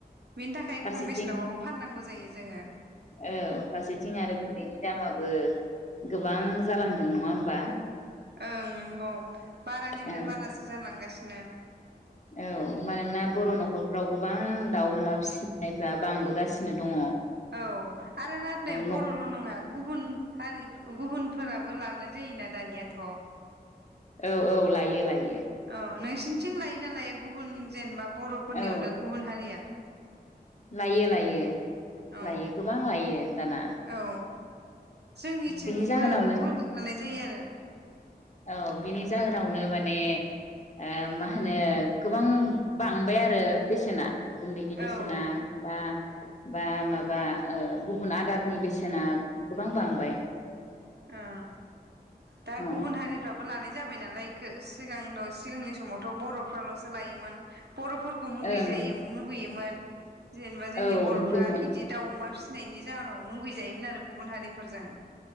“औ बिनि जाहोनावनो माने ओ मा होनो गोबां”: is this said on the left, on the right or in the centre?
Left